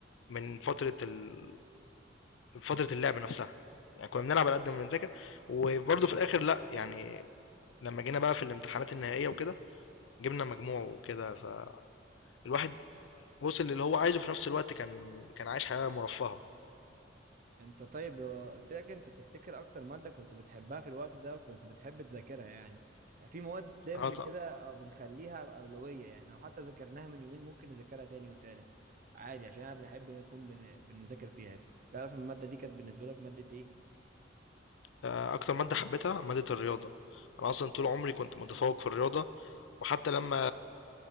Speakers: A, on the left; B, on the right.
A: من فترة ال فترة اللعب نفسها يعني كنا بنلعب على قد ما بنذاكر وبرضه في الآخر لأ يعني لما جينا بقى في الامتحانات النهائية وكده جبنا مجموع وكده فالواحد وصل للي هو عايزه في نفس الوقت كان كان عايش حياة مرفهة
B: انت طيب لو قلت لك انت تفتكر اكتر مادة كنت بتحبها في الوقت ده وكنت بتحب تذاكرها يعني في مواد دايما
A: اه ط-
B: كده اه، بنخليها أولوية يعني لو حتى ذاكرناها من يومين ممكن نذاكرها تاني وتالت عادي عشان انا بنحب نكون بن... بنذاكر فيها تعرف المادة دي كانت بالنسبة لك مادة ايه؟
A: آه، أكتر مادة حبيتها مادة الرياضة أنا أصلا طول عمري كنت متفوق في الرياضة وحتى لما